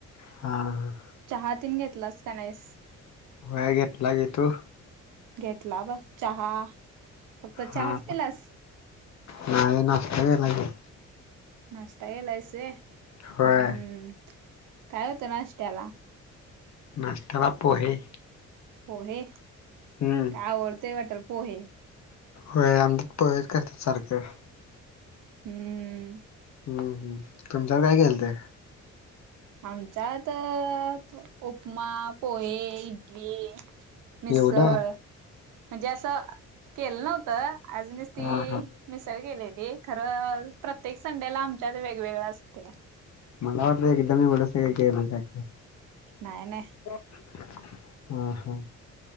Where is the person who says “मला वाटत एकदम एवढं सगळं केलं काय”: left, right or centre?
Left